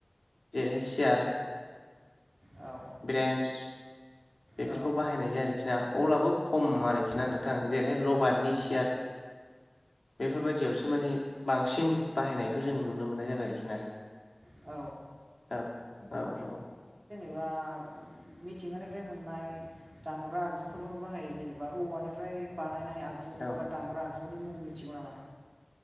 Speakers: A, on the left; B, on the right.
A: जेरैहाय सियार
B: औ
A: ब्रेन्स बेफोरखौ
B: औ
A: बाहायनाय जायो आरोखि ना अब्लाबो खम आरोखि ना नोंथां जेरैहाय लबारनि सियार बेफोरबायदियावसो माने बांसिन बाहायनायखौ जोङो नुनो मोननाय जाबाय आरोखि ना।
B: औ
A: औ औ औ!
B: बा मिथिंगानिफ्राय मोननाय दामग्रा आगजुफोरफोरबो बाहायो जेनेबा औवानिफ्राय बानाय नाय आगजु
A: औ
B: बा दामग्रा आगजुनि मुं मिथिगौ नामा?